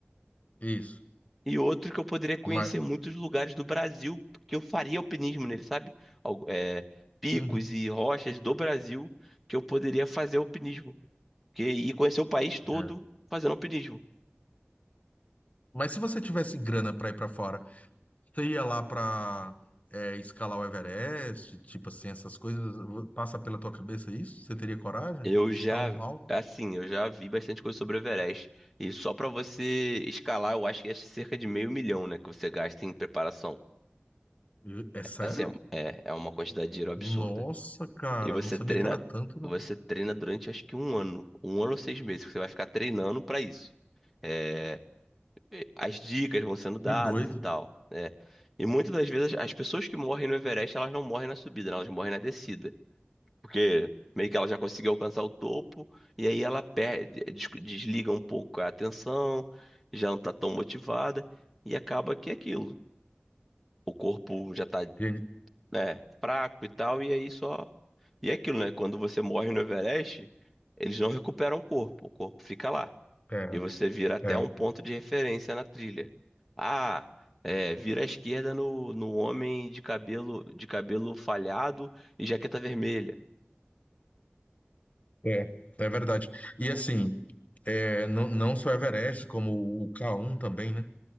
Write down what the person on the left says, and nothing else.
isso.
Mas,
uhum,
é.
Mas se você tivesse grana para ir para fora, você ia lá para escalar o Everest, tipo assim, essas coisas, passa pela tua cabeça isso? Você teria coragem
de
tão mal?
E- É sério?
Nossa, cara,
não sabia
que era tanto,
não.
Que doido.
E-
É,
é,
é, é verdade. E assim, é, não, não só Everest, como o K1 também, né?